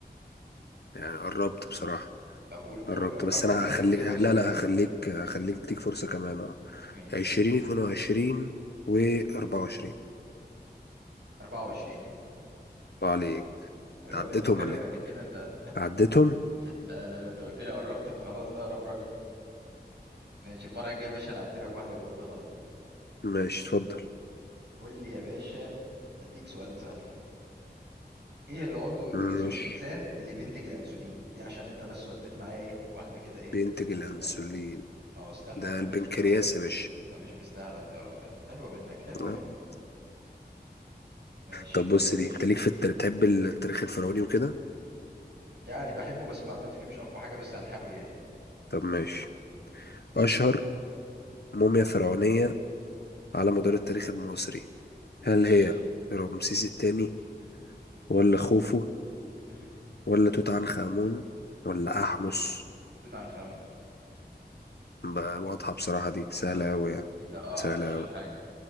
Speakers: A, on the left; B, on the right.
A: يعني قربت بصراحة
B: طب قول
A: قربت
B: قول ارقام
A: بس
B: تاني
A: انا
B: كده
A: هخليك
B: اديني
A: لا
B: فرصة كمان
A: لا هخليك هخليك تديك فرصة كمان اه
B: ماشي
A: 20 22 و 24
B: 24
A: الله عليك
B: حلوة
A: تعديتهم
B: منك حلوة
A: ولا
B: منك
A: ايه
B: كده انت
A: عديتهم
B: لا لا لا انت قلت لي قربت فخلاص ده اقرب رقم ماشي المرة الجاية يا باشا انا هعدي لك واحدة لو قلت غلط
A: ماشي اتفضل
B: قول لي يا باشا اديك سؤال سهل ايه العضو
A: ماشي
B: في جسم الانسان اللي بينتج الانسولين دي عشان انت بس وديت معايا ايه واحدة كده ايه
A: بينتج
B: عقدتها
A: الانسولين
B: اه استنى
A: ده
B: اقول لك
A: البنكرياس
B: اختيارات
A: يا باشا
B: ده مش مستاهل اختيارات فعلا حلوة منك حلوة
A: آه.
B: منك ماشي
A: طب
B: ودي
A: بص
B: يا باشا
A: دي انت ليك في التاريخ بتحب التاريخ الفرعوني وكده
B: يعني بحبه بس معلوماتي فيه مش اقوى حاجة بس هنحاول يعني
A: طب ماشي اشهر موميا فرعونية على مدار التاريخ المصري هل
B: ماشي
A: هي رمسيس الثاني ولا خوفو
B: مم.
A: ولا توت عنخ آمون ولا أحمس
B: توت عنخ آمون
A: بقى واضحة بصراحة دي سهلة
B: اه
A: أوي يعني.
B: هي اه
A: سهلة
B: اشهر
A: أوي
B: حاجة